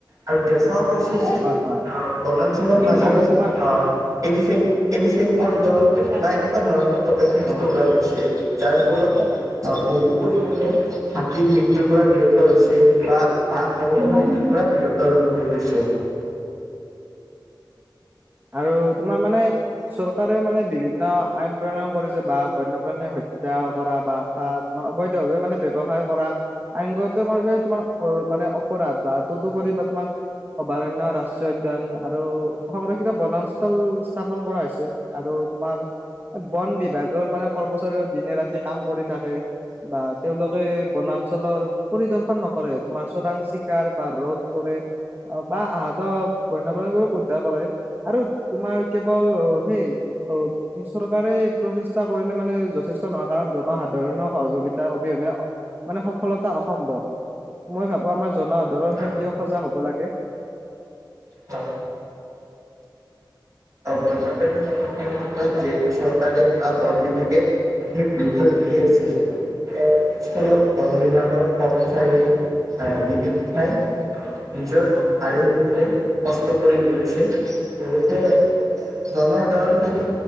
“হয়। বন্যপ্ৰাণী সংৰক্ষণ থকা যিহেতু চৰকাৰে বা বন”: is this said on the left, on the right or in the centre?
Right